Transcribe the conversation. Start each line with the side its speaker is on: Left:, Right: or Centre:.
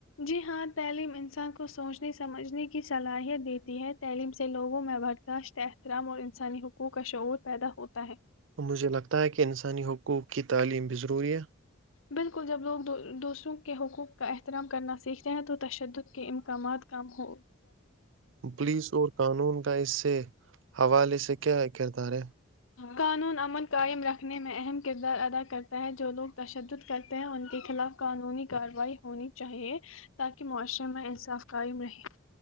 Left: جی ہاں تعلیم انسان کو سوچنے سمجھنے کی صلاحیت دیتی ہے تعلیم سے لوگوں میں برداشت احترام اور انسانی حقوق کا شعور پیدا ہوتا ہے
Right: مجھے لگتا ہے کہ انسانی حقوق کی تعلیم بھی ضروری ہے
Left: بالکل جب لوگ دوسروں کے حقوق کا احترام کرنا سیکھتے ہیں تو تشدد کے امکامات کم ہوں
Right: پولیس اور قانون کا اس سے حوالی سے کے ہکرتار
Left: قانون امن قائم رکھنے میں اہم کردار ادا کرتا ہے جو لوگ تشدد کرتے ہیں ان کے خلاف قانونی کارروائی ہونی چاہیے تاکہ معاشرے میں انصاف قائم رہے